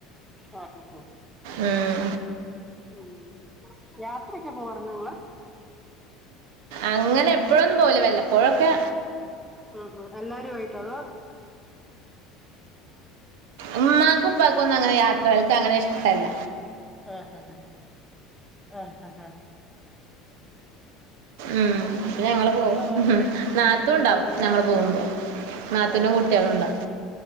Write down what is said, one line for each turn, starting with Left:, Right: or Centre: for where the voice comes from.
Centre: ആഹക്കക്ക <unintelligible>
Right: ഉം.
Centre: ഉ യാത്രക്കെ പോരണങ്ങളോ <unintelligible>
Right: അങ്ങനെ എപ്പോഴൊ ഒന്നും പോല വല്ലപ്പോഴൊക്കെ
Centre: ഉ ഹ എല്ലാര ആയിട്ട് അത ആ
Right: ഉമ്മാക്കും ഉപ്പക്കും ഒന്നും അങ്ങനെ യാത്രകൾക്ക് അങ്ങനെ ഇഷ്ടല്ല
Centre: ആ ഹാ ആ ആ ഹാ
Right: ഉം ഇപ്പ ഞങ്ങള്
Centre: നിങ്ങള്
Right: പോവും
Centre: മാത്രായിട്ട്
Right: നാത്തൂൻ
Centre: നിങ്ങള്
Right: ണ്ടാവും
Centre: നിങ്ങള്
Right: ഞങ്ങള്
Centre: മാത്രായിട്ട്
Right: പോകുമ്പോ
Centre: പോവാ
Right: നാത്തൂനും
Centre: ആഹ്
Right: കുട്ടികളും
Centre: ആഹ് ആഹ്
Right: ഉണ്ടാവും